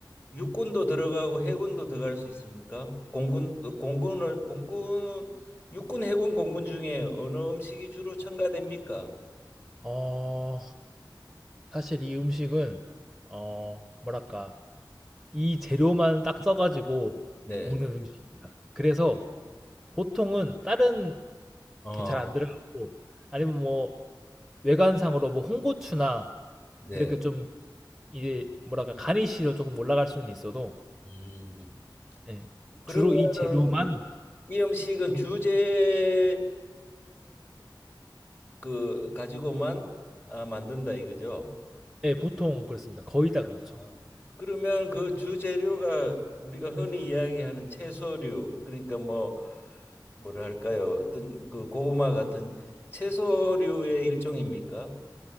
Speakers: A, on the left; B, in the centre.
A: 육군도 들어가고 해군도 들어갈 수 있습니까? 공군 어, 공군을 공군 육군 해군 공군 중에 어느 음식이 주로 첨가됩니까?
B: 어, 사실 이 음식은 어, 뭐랄까 이 재료만 딱 써가지고
A: 네,
B: 먹는 음식입니다. 그래서 보통은 다른
A: 어,
B: 게 잘 안 들어가고 아니면 뭐 외관상으로 뭐 홍고추나
A: 네.
B: 이렇게 좀 이제 뭐랄까 가니쉬로 조금 올라갈 수는 있어도
A: 음.
B: 예,
A: 그러면
B: 주로 이 재료만
A: 이 음식은 주재료를 그 가지고만 아, 만든다 이거죠?
B: 네, 보통 그렇습니다. 거의 다 그렇죠.
A: 아, 그러면 그 주재료가 우리가 흔히 이야기하는 채소류, 그러니까 뭐 뭐랄까요? 어떤 그 고구마 같은 채소류의 일종입니까?